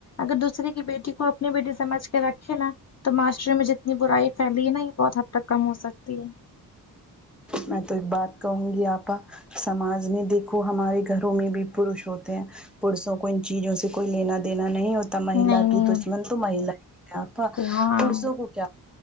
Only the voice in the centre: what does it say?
میں تو ایک بات کہوں گی آپا سماج میں دیکھو ہمارے گھروں میں بھی پروش ہوتے ہیں پرسوں کو ان چیزوں سے کوئی لینا دینا نہیں ہوتا مہیلا
کی
دشمن تو مہیلا آپ
پرسوں کو کیا